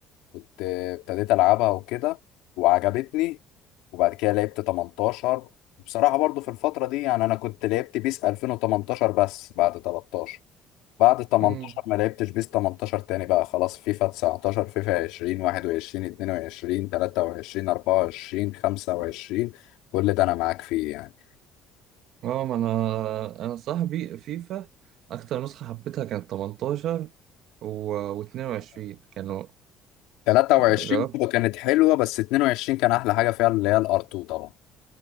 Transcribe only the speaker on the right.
امم
اه ما انا انا صاحبي فيفا اكتر نسخة حبيتها كانت 18 و 22 كانوا
جربت